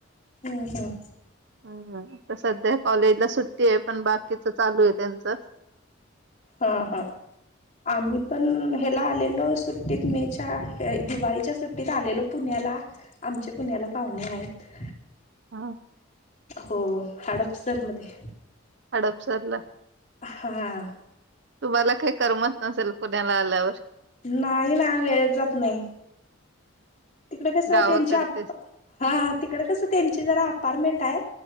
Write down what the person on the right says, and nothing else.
हम्म हम्म आता सध्या कॉलेजला सुट्टी आहे, पण बाकीच चालू आहे त्यांचं.
हां.
हडपसरला.
तुम्हाला काही करमत नसेल पुण्याला आल्यावर
गावाकडचेच